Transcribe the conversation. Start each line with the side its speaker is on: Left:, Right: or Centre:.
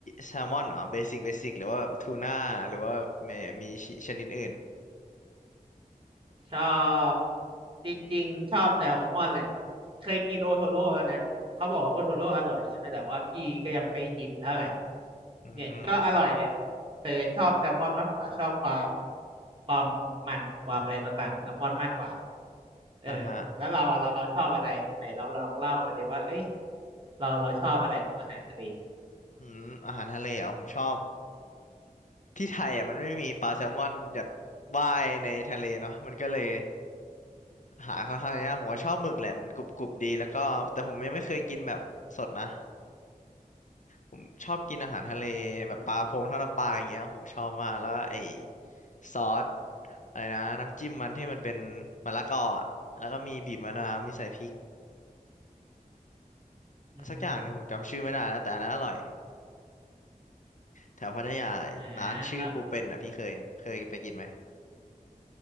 Left: แซลมอนเหรอเบสิกเบสิกหรือว่าแบบทูน่าหรือว่าแบบมีมีชนิดอื่น
Right: ชอบจริงๆชอบแซลมอนแหละเคยกินโอโทโร่แล้วนะเขาบอกว่าโอโทโร่อร่อยใช่ไหมแต่ว่าพี่ก็ยังไม่อินเท่าไหร่
Left: อืม
Right: เนี่ยก็อร่อยแหละแต่มันแต่ชอบแซลมอนมากกว่าชอบความความมันความอะไรต่างๆของแซลมอนมากกว่าเออแล้วเราอะเราเราชอบอะไรไหนเราลองเล่ามาดิว่าเอ้ย
Left: อ่ะฮะ
Right: เราเราชอบอะไรของอาหารทะเล
Left: อืมอาหารทะเลอ่ะผมชอบที่ไทยอ่ะมันไม่มีปลาแซลมอนแบบว่ายในทะเลเนาะมันก็เลยหาค่อนข้างยากผมว่าชอบหมึกแหละมันกรุบกรุบดีแล้วก็แต่ผมยังไม่เคยกินแบบสดนะ ผมชอบกินอาหารทะเลแบบปลาพงทอดน้ำปลาอย่างเงี้ยโหชอบมาก
Right: อืม
Left: แล้วก็ไอ้ซอสอะไรนะน้ำจิ้มมันที่มันเป็นมะละกออะแล้วก็มีบีบมะนาวมีใส่พริก
Right: อือฮึ
Left: สักอย่างหนึ่งผมจำชื่อไม่ได้แล้วแต่อันนั้นอร่อยแถวพัทยา
Right: อ่า
Left: ร้านชื่อปูเป็นอ่ะพี่เคยเคยไปกินไหม
Right: แล้ว